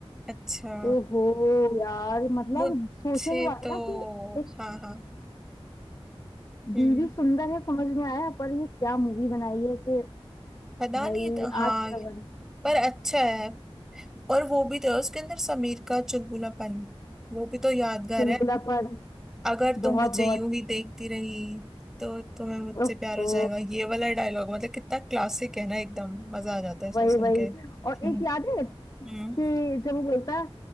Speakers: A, in the centre; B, on the left (about 35°).
A: अच्छा
B: ओहो यार मतलब
A: मुझसे
B: सोचने की बात
A: तो
B: है ना कि एक
A: हाँ हाँ हम्म
B: बीवी सुंदर है समझ में आया पर ये क्या मूवी बनाई है कि
A: पता
B: भाई
A: नहीं तो हाँ
B: आज का रवन
A: पर अच्छा है और वो भी तो उसके अंदर समीर का चुलबुलापन वो भी तो यादगार
B: चुलबुलापन
A: है अगर तुम
B: बहुत
A: मुझे
B: बहुत
A: यूं ही देखती रही तो तुम्हें मुझसे
B: ओहो
A: प्यार हो जाएगा ये वाला डायलॉग मतलब कितना क्लासिक है ना एकदम मजा आ जाता है इसको
B: वही
A: सुन
B: वही
A: के हम्म
B: और एक याद है
A: हम्म।
B: कि जब वो बोलता है